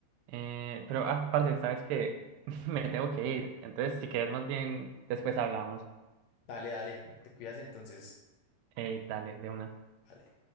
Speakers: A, on the right; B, on the left.
A: Eh, pero aparte, sabes que <laughs> me tengo que ir. Entonces, si quieres, más bien después hablamos.
B: Dale, dale, te cuidas entonces.
A: Eh, dale, de una.
B: Vale.